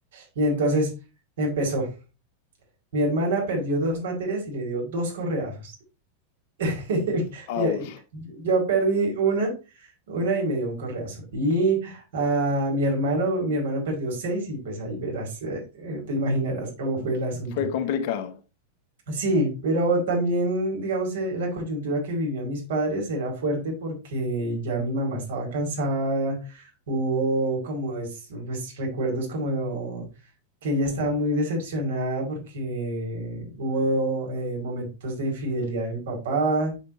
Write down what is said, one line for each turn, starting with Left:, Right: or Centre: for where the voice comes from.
Right: Y entonces empezó. Mi hermana perdió dos materias y le dio dos correazos. <laughs>
Left: ouch,
Right: Mira, y- yo perdí una, una y me dio un correazo. Y a mi hermano, mi hermano perdió seis y pues ahí verás, eh, eh, te imaginarás cómo fue el asunto.
Left: Fue complicado.
Right: Sí, pero también, digamos, eh, la coyuntura que vivían mis padres era fuerte porque ya mi mamá estaba cansada, hubo como es, pues, recuerdos como que ella estaba muy decepcionada porque hubo eh, momentos de infidelidad de mi papá,